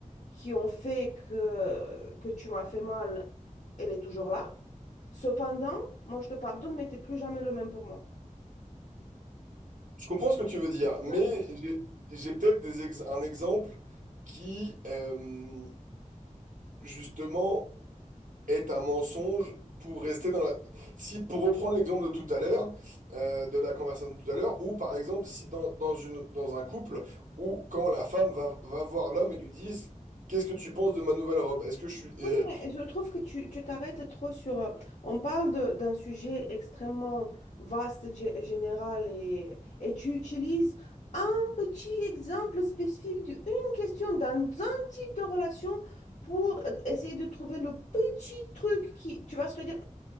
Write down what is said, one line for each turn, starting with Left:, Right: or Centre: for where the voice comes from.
Left: qui ont fait que, que tu m'as fait mal, elle est toujours là. Cependant, moi, je te pardonne, mais t'es plus jamais le même pour moi.
Right: je comprends ce que tu veux dire, mais
Left: Ouais.
Right: j'ai, j'ai peut-être des ex- un exemple qui, euh, justement, est un mensonge pour rester dans la... Si, pour reprendre l'exemple de tout à l'heure, euh, de la conversation de tout à l'heure, ou par exemple, si dans, dans une, dans un couple, où quand la femme va, va voir l'homme et lui dit, Qu'est-ce que tu penses de ma nouvelle robe? Est-ce que je suis... euh,
Left: Oui, mais je trouve que tu tu t'arrêtes trop sur... euh, On parle de- d'un sujet extrêmement vaste, gé- général, et, et tu utilises un petit exemple spécifique d'une question dans un type de relation pour euh, essayer de trouver le petit truc qui... Tu vas se dire,